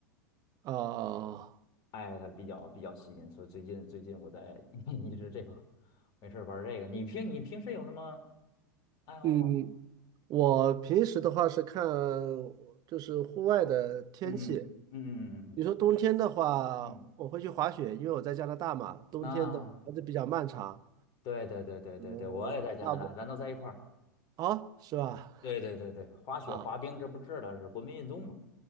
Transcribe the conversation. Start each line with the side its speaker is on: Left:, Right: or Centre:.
Right: 哦，
Left: 哎，它比较比较吸引，所以最近最近我在 <laughs> 一直这个没事儿玩儿这个。你平你平时有什么爱好吗？
Right: 嗯，我平时的话是看就是户外的天气，
Left: 嗯嗯嗯嗯嗯
Right: 你说冬天的话，
Left: 嗯，
Right: 我会去滑雪，因为我在加拿大嘛，冬天的还是比较漫长。
Left: 那对对对对对对，
Right: 嗯，
Left: 我也在加拿大，
Right: 大不
Left: 咱都在一块儿。
Right: 啊，是吧？
Left: 对对对对，滑雪滑冰这不治的是国民运动嘛？
Right: 啊，